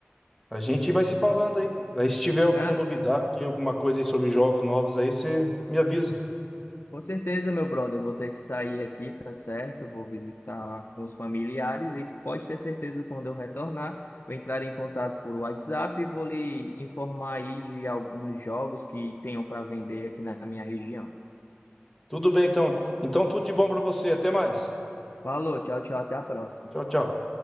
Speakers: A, in the centre; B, on the left.
A: A gente vai se falando aí. Aí se tiver alguma
B: né?
A: novidade, alguma coisa aí sobre jogos novos aí, você me avisa.
B: Com certeza, meu brother, eu vou ter que sair aqui, tá certo? Eu Vou visitar os familiares e pode ter certeza quando eu retornar, vou entrar em contato por WhatsApp e vou lhe informar aí de alguns jogos que tenham para vender aqui na minha região.
A: Tudo bem, então. Então tudo de bom pra você. Até mais.
B: Falou, tchau, tchau, até a próxima.
A: Tchau, tchau.